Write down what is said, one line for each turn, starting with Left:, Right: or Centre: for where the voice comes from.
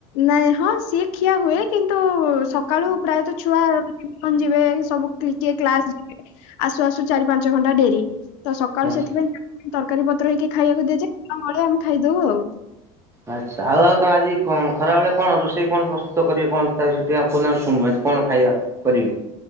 Left: ନାଇଁ ହଁ ସିଏ ଖିଆ ହୁଏ କିନ୍ତୁ ସକାଳୁ ପ୍ରାୟତଃ ଛୁଆ ଟିଉସନ ଯିବେ ସବୁ କ୍ଲାସ ଯିବେ ଆସୁ ଆସୁ ଚାରି ପାଞ୍ଚ ଘଣ୍ଟା ଡେରି। ତ ସକାଳୁ
Right: ଆଚ୍ଛା।
Left: ସେଥିପାଇଁ ତରକାରୀ ପତ୍ର ହେଇକି ଖାଇବାକୁ ଦିଛେମଳେ ଆମେ ଖାଇଦବୁ ଆଉ।
Right: ଆଚ୍ଛା ଆଉ ଆଉ ତମ ଆଜି ଖରାବେଳେ କଣ ରୋଷେଇ କଣ ପ୍ରସ୍ତୁ କରିବ କଣ ତା ବିଷ ଟ ପ ଶୁଣୁ ଆଜି କଣ ଖାଇବା? କରିବେ?